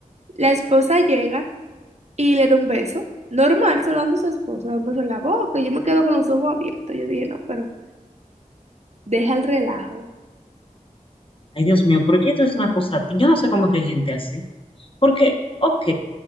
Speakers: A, on the right; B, on the left.
A: la esposa llega y le da un beso. Normal, se lo dando a su esposa, le da un beso en la boca. Y yo me quedo con los ojos abiertos. Yo dije, no, pero deja el relajo.
B: Ay, Dios mío, ¿por qué esto es una cosa? Yo no sé cómo que hay gente así. Porque, ok.